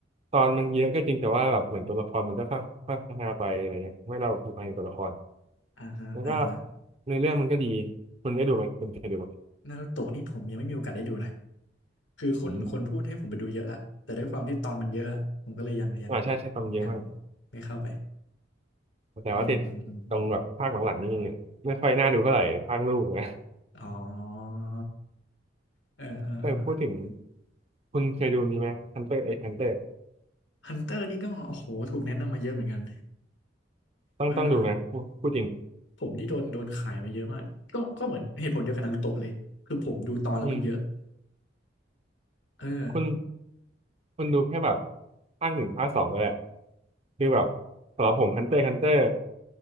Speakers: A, on the right; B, on the left.
A: ตอนมันเยอะก็จริงแต่ว่าแบบเหมือนตัวละครมันก็ค่อยๆพัฒนาไปอะไรเงี้ยไม่ให้เราผูกพันกับตัวละคร
B: อ่าฮะอ่าฮะ
A: แล้วก็ในอเรื่องมันก็ดีคุณได้ดูไหมคุณเคยดูไหม
B: นารูโตะนี่ผมยังไม่มีโอกาสได้ดูนะคือคนคนพูดให้ผมไปดูเยอะละแต่ด้วยความที่ตอนมันเยอะอะผมก็เลยยังยัง
A: อืมอ่าใช่ใช่ความเยอะมาก
B: ยังไม่เข้าไป
A: แต่ว่าติด
B: อืมอืมอืม
A: ตรงแบบภาคหลังๆนี่ไม่ค่อยน่าดูเท่าไหร่ภาคลูกนะ
B: อ๋อเออเออเออ
A: แต่พูดถึงคุณเคยดูนี้ไหมฮันเตอร์เอ็กฮันเตอร์
B: ฮันเตอร์นี่ก็โอ้โหถูกแนะนำมาเยอะเหมือนกัน
A: ต้องต้องดูนะพูดพูดจริง
B: เออ ผมนี่โดนโดนขายมาเยอะมาก ก็ก็เหมือนเหตุผลเดียวกันนารูโตะเลย คือผมดูตอนแล้วมันเยอะ
A: อืม
B: เออ
A: คุณคุณดูแค่แบบภาคหนึ่งภาคสองก็แหละคือแบบสำหรับผมฮันเตอร์ฮันเตอร์